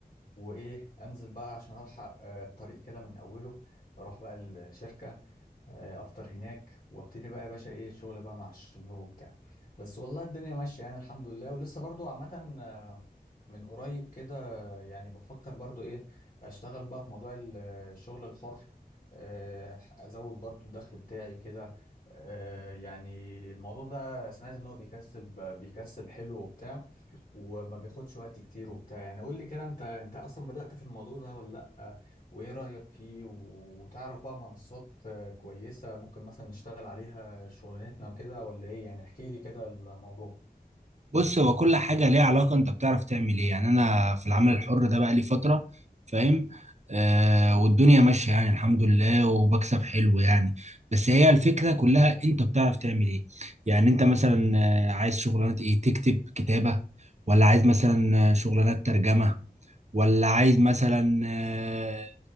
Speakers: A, on the left; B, on the right.
A: وايه انزل بقى عشان الحق آه، الطريق كده من اوله بروح بقى الشركة آه، افطر هناك وابتدي بقى يا باشا ايه الشغل بقى مع الشباب وبتاع بس والله الدنيا ماشيه يعني الحمد لله ولسه برضو عامه آه، من قريب كده آه، يعني بفكر برضو ايه اشتغل بقى في موضوع ال- الشغل الحر آه، ازود برضو الدخل بتاعي كده آه، يعني الموضوع ده سمعت ان هو بيكسب بيكسب حلو وبتاع وما بياخدش وقت كتير وبتاع يعني قول لي كده انت انت اصلا بدأت في الموضوع ده ولا لأ وايه رأيك فيه وتعرف بقى منصات آه، كويسة ممكن مثلا نشتغل عليها شغلانتنا وكده ولا ايه يعني احكي لي كده الموضوع
B: بص هو كل حاجة ليها علاقة انت بتعرف تعمل ايه يعني انا في العمل الحر ده بقى لي فترة فاهم آه والدنيا ماشية يعني الحمد لله وبكسب حلو يعني بس هي الفكرة كلها انت بتعرف تعمل ايه يعني انت مثلا آه، عايز شغلانة ايه تكتب كتابة ولا عايز مثلا آه، شغلانات ترجمة ولا عايز مثلا آه،